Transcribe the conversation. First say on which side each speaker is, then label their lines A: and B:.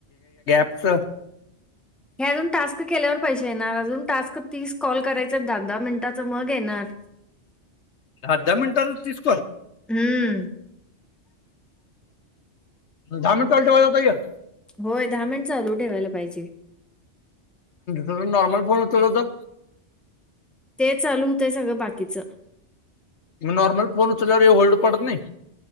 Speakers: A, on the left; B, in the centre.
A: स
B: हे अजून टास्क केल्यावर पैसे येणार अजून टास्क तीस कॉल करायचे दहा दहा मिनिटाच मग येणार
A: अर्धा मिनटात तस
B: हम्म
A: दहामनल्टे वाजात य
B: होय दहा मिनट चालू ठेवायला पाहिजे.
A: त नॉर्मल फोन उचलल तर,,
B: ते चालू होतय सगळं बाकीच..
A: म नॉर्मल फोन उचलवर हे होल्ड पडत नाही.